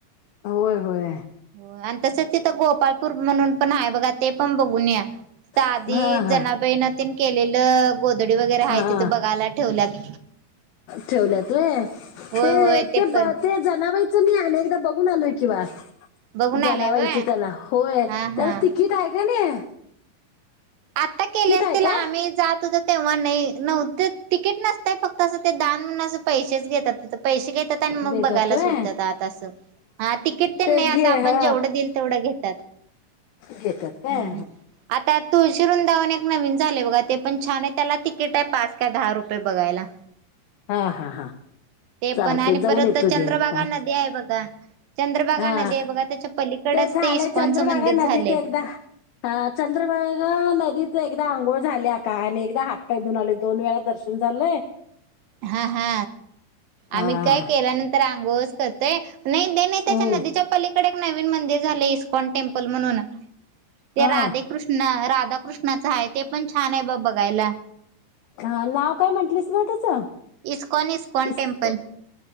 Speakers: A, on the left; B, on the right.
A: होय होय
B: हो आणि तसच तथं गोपाळपूर म्हणून पण हाय बघा ते पण बघून या तिथं आधी
A: हा
B: जनाबाई
A: हा
B: न तेन केलेलं गोधडी वगैरे
A: हा
B: आहे तिथे बघायला ठेवल्यात
A: ठेवल्यात व्हय
B: होय
A: ते
B: होय
A: ते
B: पण
A: ते जनाबाई मी आले एकदा बघुन आलोय की बा
B: बघून
A: जनाबाईच
B: आलाय व्हय
A: त्याला होय
B: हा
A: त्याला
B: हा.
A: तिकीट आहे का नाई.
B: आता केले असतील
A: आहे
B: आम्ही
A: काय
B: जात होत तेव्हा नई नव्हते तिकीट नसतय फक्त असं ते दान म्हणुन असं पैसेच घेतात पैसे घेतात आणि मग
A: देतात
B: बघायला
A: व्हय
B: सोडत्यात आता असं. हा तिकीट तर
A: ते
B: नाही
A: घे
B: असं आपण
A: हा
B: जेवढं दिईल तेवढं घेत
A: घेतात काय
B: ह् आता तुळशी वृंदावन एक नवीन झाले बघा ते पण छान आहे त्याला तिकीट आहे पाच का दहा रुपये बघायला.
A: हा हा हा
B: ते
A: चालते
B: पण आणि
A: जाऊन
B: परत
A: येतो
B: चंद्रभागा
A: घे हा
B: नदी आहे बघा. चंद्रभागा
A: हा
B: नदी आहे बघा त्याच्या पलीकडच
A: झालंय
B: ते इस्कॉनचं
A: चंद्रभागा
B: मंदिर
A: नदीत
B: झालंय
A: एकदा चंद्रभागा नदीत एकदा अंघोळ झाल्या काय आणि एकदा हातपाय धुवून आलोय दोन वेळा दर्शन झालंय.
B: हा हा आम्ही
A: हा
B: काय केल्यानंतर आंघोळच करते, नाही त्याच्या
A: हम्म
B: नदीच्या पलीकडं कड नवीन मंदिर झालय इकॉन टेम्पल म्हणून ते
A: हा
B: राधेकृष्ण ना राधाकृष्णाच आहे ते पण छान आहे बग बघायला.
A: हा नाव काय म्हंटलेस मग त्याचं?
B: इस्कॉन इस्कॉन
A: इस्क
B: टेम्पल